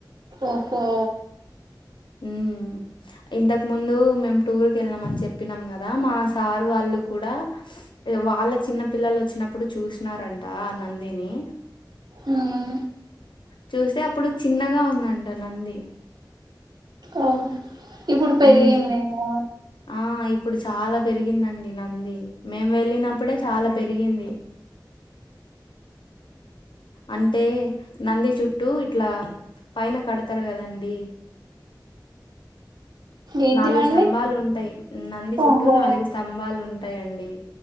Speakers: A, on the right; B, on the left.
A: ఓహో
B: ఉం ఇంతకు ముందు మేము టూర్ కి వెళ్ళాం అని చెప్పినాం కదా మా సారు వాళ్ళు కూడా ఇగ వాళ్ళ చిన్న పిల్లలు వచ్చినప్పుడు చూసినారంట ఆ నందిని
A: ఉం
B: చూస్తే అప్పుడు చిన్నగా ఉందంట నంది
A: ఆహా ఇప్పుడు పెరిగిందేమో
B: ఉమ్ ఆ ఇప్పుడు చాలా పెరిగిందండి నంది మేము వెళ్ళినప్పుడే
A: ఉమ్.
B: చాలా పెరిగింది అంటే నంది చుట్టూ ఇట్లా పైన కడతారు కదండి
A: ఏంటివండి
B: నాలుగు స్తంభాలు ఉంటాయి నంది చుట్టూ
A: ఓహో
B: నాలుగు స్తంభాలు ఉంటాయండి